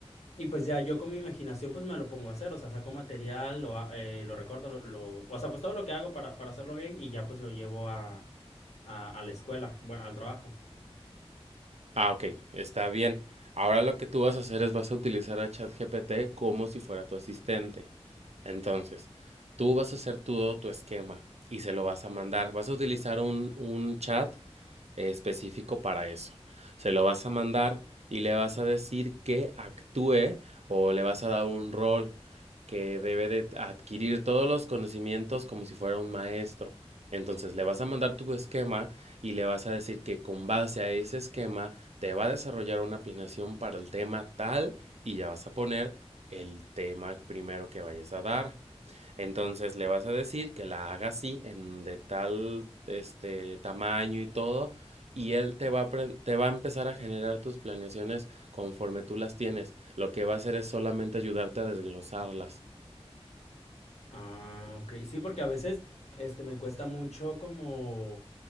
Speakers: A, on the left (about 85°); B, on the right (about 80°).
A: Y pues ya yo con mi imaginación pues me lo pongo a hacer, o sea, saco material, lo, ha- eh, lo recorto, lo, lo- o sea, pues todo lo que hago para, para hacerlo bien y ya pues lo llevo a, a, a la escuela, bueno, al trabajo.
B: Ah, ok, está bien. Ahora lo que tú vas a hacer es vas a utilizar a ChatGPT como si fuera tu asistente. Entonces, tú vas a hacer todo tu esquema y se lo vas a mandar. Vas a utilizar un, un chat eh, específico para eso. Se lo vas a mandar y le vas a decir que actúe o le vas a dar un rol que debe de adquirir todos los conocimientos como si fuera un maestro. Entonces le vas a mandar tu esquema y le vas a decir que con base a ese esquema te va a desarrollar una planeación para el tema tal y ya vas a poner el tema primero que vayas a dar. Entonces le vas a decir que la haga así en de tal este tamaño y todo y él te va a, pre- te va a empezar a generar tus planeaciones conforme tú las tienes. Lo que va a hacer es solamente ayudarte a desglosarlas.
A: Ah, ok. Sí, porque a veces este me cuesta mucho como